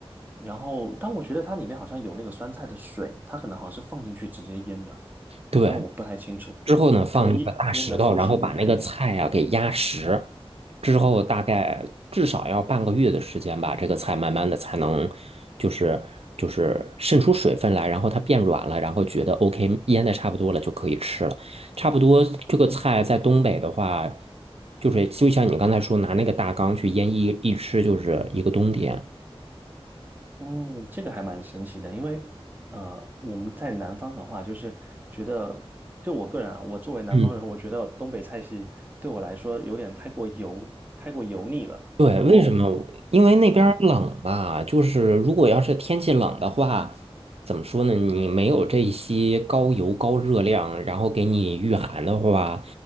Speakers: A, on the right (about 20°); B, on the right (about 80°).
A: 然后但我觉得它里面好像有那个酸菜的水，它可能好像是放进去直接腌的，
B: 对，
A: 那我不太清楚，
B: 之后呢，放一个大石头，
A: 可能腌腌的方式不太一样。
B: 然后把那个菜啊给压实，之后大概至少要半个月的时间吧，这个菜慢慢的才能就是就是渗出水分来，然后它变软了，然后觉得 OK，腌的差不多了就可以吃了。差不多这个菜在东北的话，就是就像你刚才说，拿那个大缸去腌一一吃就是一个冬天。
A: 嗯，这个还蛮神奇的，因为呃，我们在南方的话，就是觉得，就我个人啊，我作为南方人，
B: 嗯
A: 我觉得东北菜系对我来说有点太过油，太过油腻了，
B: 对，
A: 然后
B: 为什么我因为那边儿冷吧，
A: 嗯
B: 就是如果要是天气冷的话，怎么说呢？你没有这些高油高热量，然后给你御寒的话，